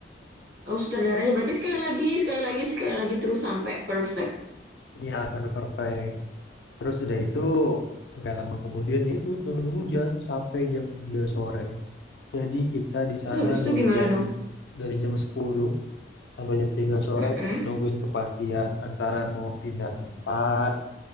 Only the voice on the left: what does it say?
Iya sampai perfect. Terus udah itu nggak lama kemudian ya itu turun hujan sampai jam 3 sore. Jadi kita di
sana
dari
jam
dari jam 10 sampai jam tiga sore
itu nungguin kepastian antara mau pindah tempat